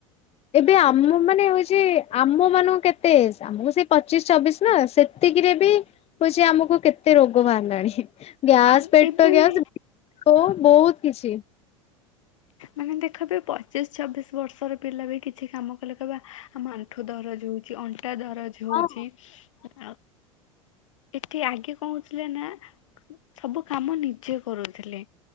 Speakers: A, on the left; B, on the left.
A: ଏବେ ଆମ ମାନେ ହଉଛି ଆମ ମାନଙ୍କୁ କେତେ ଆମକୁ ସେଇ ପଚିଶ ଛବିଶ ନା ସେତିକିରେ ବି ହଉଛି ଆମକୁ କେତେ ରୋଗ ବାହାରିଲାଣି। ଗ୍ୟାସ
B: ଆ
A: ପେଟ
B: ଏବେ
A: ଗ୍ୟାସ
B: ବି
A: ହ ବହୁତ କିଛି
B: ମାନେ ଦେଖ ବି ପଚିଶ ଛବିଶ ବର୍ଷର ପିଲା ବି କିଛି କାମ କଲେ କହିବେ ଆମ ଆଣ୍ଠୁ ଦରଜ ହଉଛି ଅଣ୍ଟା ଟା ଦରଜ
A: ହଁ।
B: ହଉଚ ଆଉ ଏଠି ଆଗେ କହୁଥିଲେ ନା ସବୁ କାମ ନିଜେ କରୁଥିଲେ